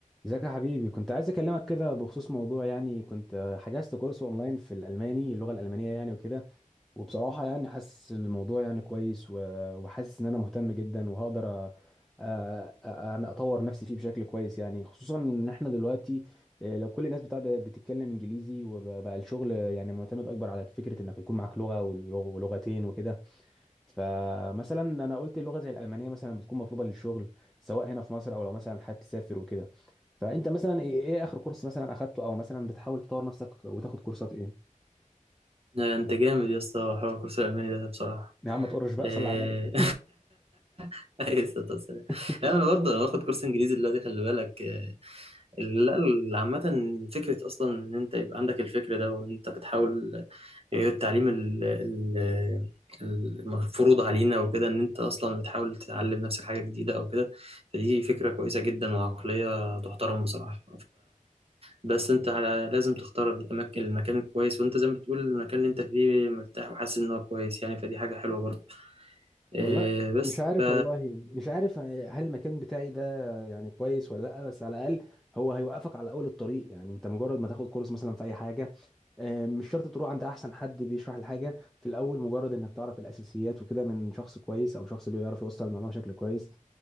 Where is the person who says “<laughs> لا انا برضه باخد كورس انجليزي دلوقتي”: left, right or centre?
Right